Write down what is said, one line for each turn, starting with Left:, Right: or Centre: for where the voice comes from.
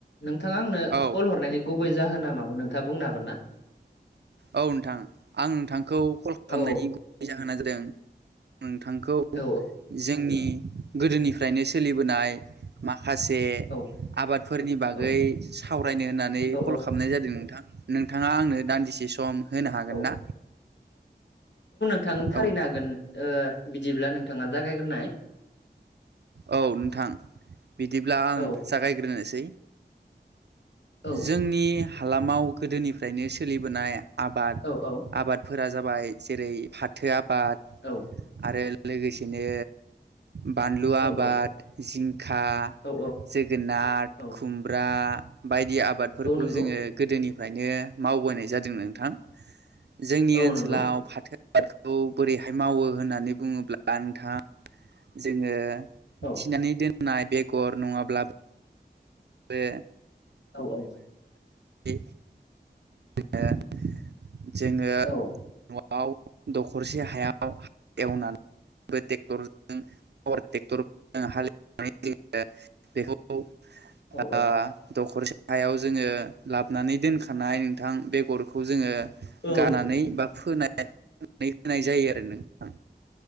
Left: नोंथाङा आंनो
Right: औ
Left: कल हरनायनि गुबै जाहोना मामोन नोंथाङा बुंनो हागोन ना?
Right: औ नोंथां आं नोंथांखौ कल खालामनायनि
Left: औ
Right: गुबै जाहोना जादों नोंथांखौ
Left: औ
Right: जोंनि गोदोनिफ्रायनो सोलिबोनाय खासे
Left: औ
Right: आबादफोरनि बागै
Left: औ
Right: सावरायनो होननानै
Left: औ
Right: कल खालामनाय जादों नोंथां नोंथाङा आंनो दान्दिसे सम होनो हागोन
Left: औ
Right: ना?
Left: नोंथांनो
Right: औ
Left: थारैनो
Right: नोंथां
Left: हागोन ओ बिदिब्ला नोंथाङा जागायग्रोनाय
Right: औ नोंथां बिदिब्ला आं
Left: औ
Right: जागायग्रोनोसै
Left: औ
Right: जोंनि हालामाव गोदोनिफ्रायनो सोलिबोनाय आबाद
Left: औ औ
Right: आबादफोरा जाबाय जेरै फाथो आबाद
Left: औ
Right: आरो लोगोसेनो बानलु आबाद,
Left: औ
Right: जिंखा,
Left: औ
Right: जोगोनार,
Left: औ
Right: खुमब्रा बायदि आबादफोरखौ
Left: औ नंगौ
Right: जोङो गोदोनिफ्रायनो मावबोनाय जादों नोंथां। जोंनि
Left: औ
Right: ओनसोलाव
Left: नंगौ
Right: फाथो आबादखौ बोरैहाय मावो होननानै बुङोब्ला नोंथाङा जोङो
Left: औ
Right: थिनानै दोननाय बेगर नङाब्ला बे
Left: औ औ।
Right: बे <unintelligible> जोङो जोङो
Left: औ
Right: न' आव दखरसे हायाव एवनानै ट्रेक्टरजों पावार ट्रेक्टरजों हालेवनानै जोङो बेखौ
Left: औ
Right: ओ
Left: औ
Right: दखरसे गाहायाव जोङो लाबोनानै दोनखानाय नोंथां बेगरखौ जोङो
Left: औ
Right: गानानै बा फोनानै होनाय जायो आरो नोंथां।